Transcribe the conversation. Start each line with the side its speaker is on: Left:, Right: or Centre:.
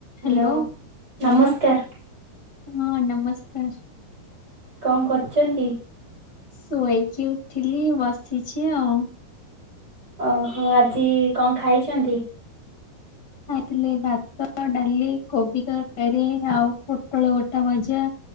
Right: Hello
Left: ହ୍ୟାଲୋ hello
Right: ନମସ୍କାର।
Left: ହଁ ନମସ୍କାର।
Right: କଣ କରୁଚନ୍ତି?
Left: ଶୋଇକି ଉଠିଲି ବସିଛି ଆଉ।
Right: ଓହୋ ଆଜି କଣ ଖାଇଚନ୍ତି?
Left: ଖାଇଥିଲି ଭାତ ଡାଲି କୋବି ତରକାରୀ ଆଉ ପୋଟଳ ଗୋଟା ଭଜା।